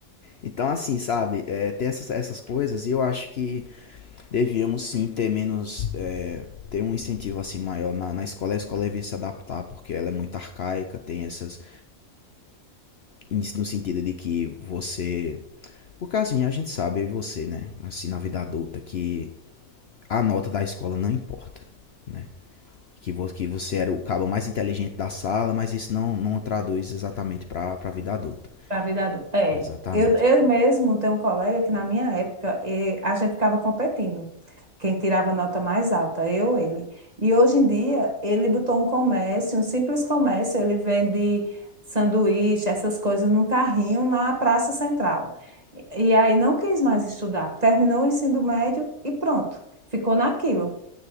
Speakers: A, on the left; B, on the right.
A: Então, assim, sabe, é, tem essas, essas coisas e eu acho que devíamos sim ter menos, é, ter um incentivo assim maior na, na escola. A escola devia se adaptar porque ela é muito arcaica, tem essas no sentido de que você. Por causa a gente sabe, eu e você, né? Assim, na vida adulta, que a nota da escola não importa, né? Que, vo que você era o cabo mais inteligente da sala, mas isso não, não traduz exatamente pra, pra vida adulta.
B: Pra vida É.
A: Exatamente.
B: Eu, eu mesmo tenho um colega que na minha época eh, a gente ficava competindo. Quem tirava nota mais alta, eu ou ele. E hoje em dia ele botou um comércio, um simples comércio, ele vende sanduíche, essas coisas num carrinho na Praça Central. E e aí não quis mais estudar. Terminou o ensino médio e pronto. Ficou naquilo.